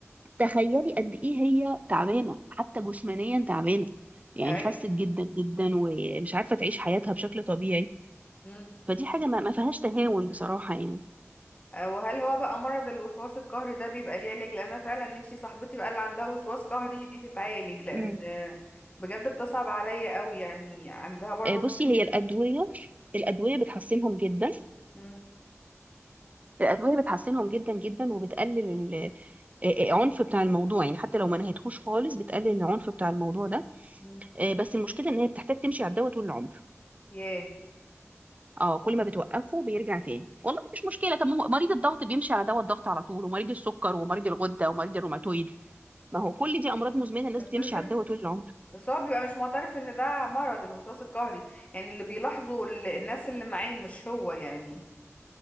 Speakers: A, on the right (about 30°); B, on the left (about 25°).
A: فتخيلي قد ايه هي تعبانه حتى جسمانيا تعبانه يعني
B: ايوه
A: خست جدا جدا ومش عارفه تعيش حياتها بشكل طبيعي
B: امم
A: فدي حاجة ما ما فيهاش تهاون بصراحة يعني
B: آه، وهل هو بقى مرض الوسواس القهري ده بيبقى ليه علاج لان انا فعلا نفسي صاحبتي بقى اللي عندها وسواس قهري دي تتعالج لان
A: مم.
B: آه، بجد بتصعب عليا قوي يعني عندها برضو
A: آه، بصي
B: مشاكل
A: هي الأدوية الأدوية بتحسنهم جدا
B: امم
A: الأدوية بتحسنهم جدا جدا وبتقلل ال- آه، آه، العنف بتاع الموضوع يعني حتى لو ما نهيتهوش خالص بتقلل العنف بتاع الموضوع ده
B: امم
A: آه، بس المشكلة إن هي بتحتاج تمشي على الدواء طول العمر
B: ياه
A: اه كل ما بتوقفه بيرجع تاني والله مفيش مشكلة طب ما هو مريض الضغط بيمشي على دواء الضغط على طول ومريض السكر ومريض الغدة ومريض الروماتويد
B: مم.
A: ما هو كل دي أمراض مزمنة الناس
B: بس
A: بتمشي
B: الفكرة
A: على الدواء طول العمر
B: بس هو بيبقى مش معترف ان ده مرض الوسواس القهري يعني اللي بيلاحظه ال- الناس اللي معاه مش هو يعني